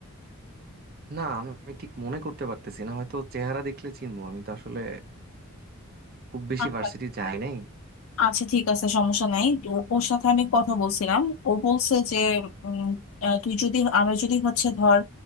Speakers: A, on the right; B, on the left.
A: না আমি ঠিক মনে করতে পারতেছি না হয়তো চেহারা দেখলে চিনবো আমি তো আসলে খুব বেশি
B: আচ্ছা
A: ভার্সিটি যাই নাই
B: আচ্ছা, ঠিক আছে সমস্যা নাই ও- ওর সাথে আমি কথা বলছিলাম ও বলছে যে উম, আহ, তুই যদি আমরা যদি হচ্ছে ধর